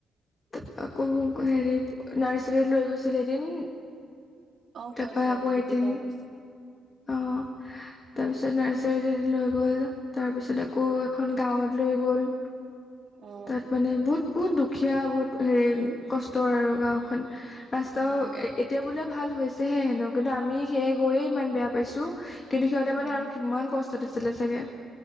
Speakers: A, on the left; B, on the right.
A: তাৰপৰা আকৌ হেৰি। নাৰ্চাৰীত লৈ গৈছিল এদিন।
B: অ কৈছে
A: তাৰপৰা আকৌ
B: দীপিকাই
A: এদিন।
B: কৈছে
A: অ, তাৰপিছত নাৰ্চ লৈ গ'ল। তাৰপিছত আকৌ এখন গাঁৱত লৈ গ'ল।
B: অ
A: তাত মানে বহুত। বহুত দুখীয়া, বহুত হেৰি কষ্টৰ আৰু গাঁওখন। ৰাস্তাও
B: উম
A: এতিয়া বোলে ভাল হৈছেহে হেনো। কিন্তু আমি সেয়ে গৈয়ে ইমান বেয়া পাইছোঁ। কিন্তু সিহঁতে
B: উম
A: মানে আৰু কিমান কষ্টত আছিলে চাগে।